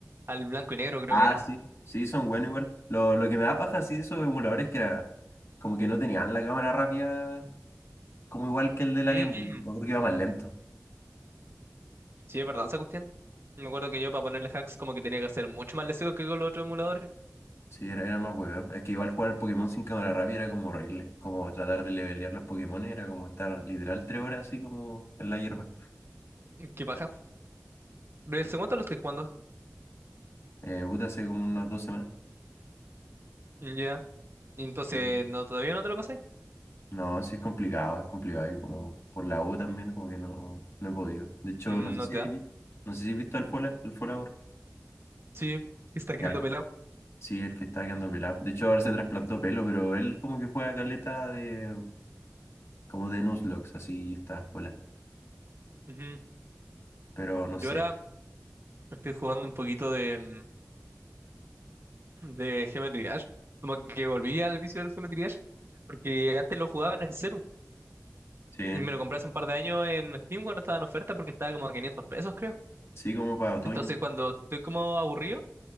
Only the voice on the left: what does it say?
Ah,
sí, sí, son buenos igual. Lo, lo que me da paja, sí, de esos emuladores que era como que no tenían la cámara rápida Como igual que el de la
Game Boy. Me acuerdo que iba más lento.
Sí, era, era más huevo. Es que igual jugar el Pokémon sin cámara rápida era como horrible. Como tratar de levelear los Pokémon era como estar literal tres horas así como en la hierba.
Eh, puta, hace como unas dos semanas.
Sí.
No, sí es complicado, es complicado. Y como por la U también, como que no, no he podido. De hecho,
no sé
si,
vi- no sé si has visto al Fola, al Fola ahora.
Ya,
ya.
Sí, el que está quedando pelado. De hecho, ahora se trasplantó pelo, pero él como que juega caleta de, como de Nuzlocke, así está, Fola.
Pero no
sé.
Sí.
Sí, como para otoño.